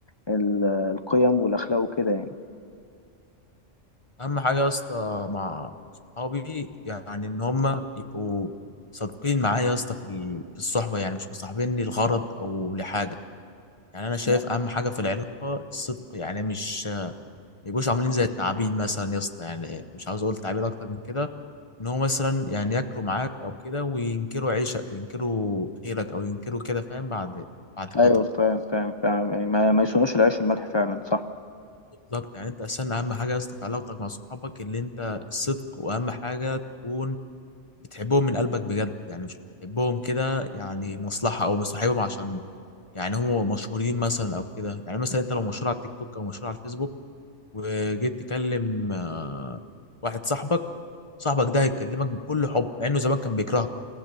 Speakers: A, on the left; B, on the left.
A: ال القيم والاخلاق وكده يعني
B: اهم حاجه يا اسطى مع صحابي يعني ان هم يبقوا صادقين معايا يا اسطى في ال- في الصحبه يعني مش مصاحبيني لغرض او لحاجه يعني انا شايف
A: تمام.
B: اهم حاجه في العلاقه الصدق يعني مش ما يبقوش عاملين زي التعابين مثلا يا اسطى يعني مش عاوز اقول تعابير اكتر من كده ان هو مثلا يعني ياكلوا معاك او كده وينكروا عيشك ينكروا خيرك او ينكروا كده فاهم بعد بعد
A: ايوه
B: فتره
A: فاهم فاهم فاهم يعني ما, ما يصونوش العيش والملح فعلا صح
B: بالظبط يعني انت اصلا اهم حاجه يا اسطى في علاقتك مع صحابك اللي انت الصدق واهم حاجه تكون بتحبهم من قلبك بجد يعني مش بتحبهم كده يعني مصلحة او مصاحبهم عشان يعني هم مشهورين مثلا او كده يعني مثلا انت لو مشهور على التيك توك او مشهور على الفيسبوك وجيت تكلم آه، واحد صاحبك صاحبك ده هيكلمك بكل حب مع انه زمان كان بيكرهك